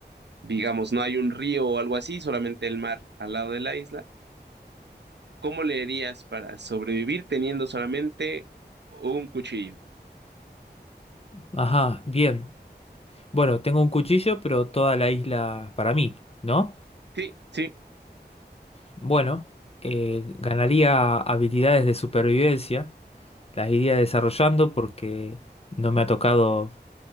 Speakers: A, on the right; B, on the left.
A: digamos, no hay un río o algo así, solamente el mar al lado de la isla, ¿cómo le harías para sobrevivir teniendo solamente un cuchillo?
B: ajá, bien. Bueno, tengo un cuchillo, pero toda la isla para mí, ¿no?
A: Sí, sí,
B: Bueno, eh, ganaría habilidades de supervivencia, las iría desarrollando porque no me ha tocado